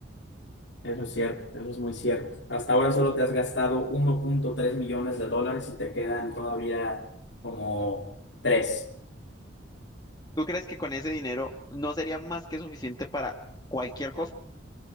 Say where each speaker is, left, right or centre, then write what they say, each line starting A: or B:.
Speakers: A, on the left (about 60°); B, on the left (about 20°).
A: eso es cierto, eso es muy cierto. Hasta ahora solo te has gastado uno punto tres millones de dólares y te quedan todavía como tres
B: ¿Tú crees que con ese dinero no sería más que suficiente para cualquier cosa?